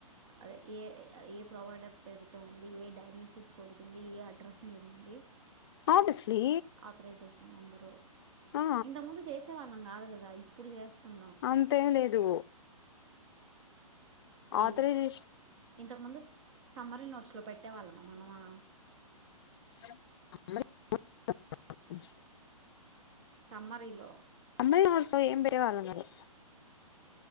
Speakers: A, on the right; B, on the left.
A: అదె ఏ అది ఏ ప్రొవైడర్ పేరు? తో ఉంది, ఏ డయాగ్నోసిస్ కొడు ఉంది ఏ అడ్రస్ మీదుంది?
B: ఆబ్వియస్లీ
A: ఆథరైజేషన్ నెంబరు
B: ఆ
A: ఇంతకు ముందు జేసేవాళ్ళం కాదు కదా ఇప్పుడు చేస్తున్
B: అంతేంలేదు ఆతరైజేశన్
A: ఏయ్ ఇంతకుముందు సమ్మరి నోట్స్లో పెట్టేవాళ్ళమా మనమా.
B: <inaudible>
A: సమ్మరిలో
B: మల్లాఆర్స్ లో ఏం వేయాలన్నరు?